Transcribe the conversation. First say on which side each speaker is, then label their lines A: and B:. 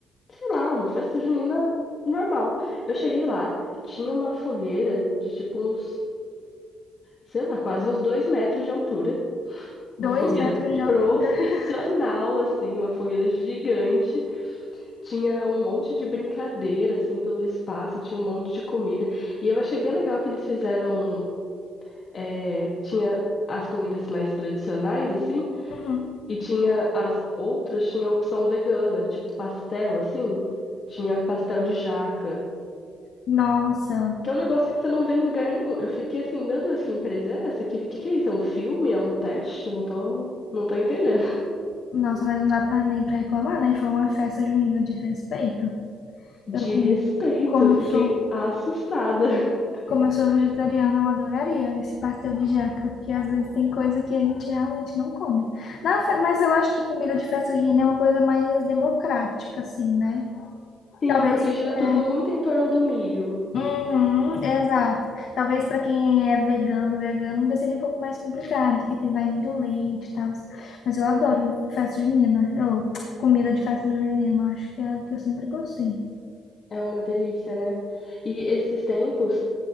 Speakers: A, on the left (about 50°); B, on the left (about 65°).
A: sei lá, uma festa junina normal. Eu cheguei
B: <laughs>
A: lá, tinha uma fogueira de tipo uns, sei lá, quase uns dois metros de altura.
B: dois
A: Uma fogueira
B: metros de altura.
A: profissional,
B: <laughs>
A: assim, uma fogueira gigante. Tinha um monte de brincadeira, assim, pelo espaço, tinha um monte de comida. E eu achei bem legal que eles fizeram. é, tinha as comidas mais tradicionais, assim,
B: Uhum.
A: e tinha as outras, tinha a opção vegana, tipo pastel, assim. Tinha pastel de jaca,
B: Nossa,
A: que é um negócio que você não vê em lugar nenhum. Eu fiquei assim, meu Deus, que empresa é essa? Que, que que é isso? É um filme? É um teste? Não tô, não tô entendendo.
B: Nossa, mas não dá pra nem pra reclamar, né? Foi uma festa junina de respeito.
A: De
B: Eu, com-
A: respeito,
B: como
A: eu fiquei
B: sou,
A: assustada. <laughs>
B: como eu sou vegetariana, eu adoraria esse pastel de jaca, porque às vezes tem coisa que a gente realmente não come. Na fe- mas eu acho que comida de festa junina é uma coisa mais democrática, assim, né?
A: Sim,
B: Talvez.
A: porque gira tudo
B: é,
A: muito em torno do milho.
B: Uhum, exato. Talvez para quem é vegano, vegano ainda seja um pouco mais complicado, porque tem vai muito leite e tal. Mas eu adoro festa junina, ou comida de festa junina, acho que é a que eu sempre gostei.
A: É uma delícia, né? E esses tempos,